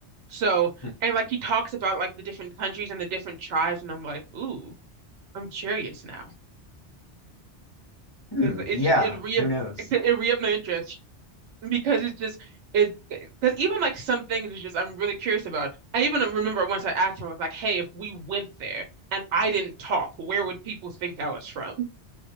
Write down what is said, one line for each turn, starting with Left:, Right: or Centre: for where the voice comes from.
Right: So
Left: Hmm.
Right: and like he talks about like the different countries and the different tribes, and I'm like, ooh. I'm curious now
Left: Hmm.
Right: because it
Left: Yeah.
Right: just it re
Left: Who
Right: it,
Left: knows?
Right: could- it re-upped my interest because it's just it because even like some things is just I'm really curious about. I even remember once I asked him, I was like, "Hey, if we went there and I didn't talk, where would people think I was from?" <laughs>